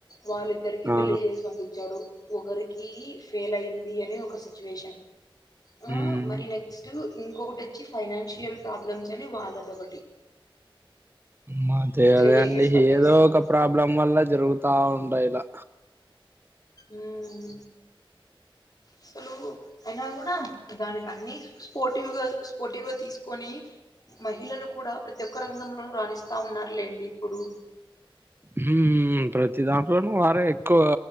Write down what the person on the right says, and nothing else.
ఆ
ఉమ్
మాఅత్త
అదే
అండి
ఏదో ఒక ప్రాబ్లం వల్ల జరుగుతా ఉంటాయి ఇలా
హు ప్రతి దాంట్లోనూ వారే ఎక్కువ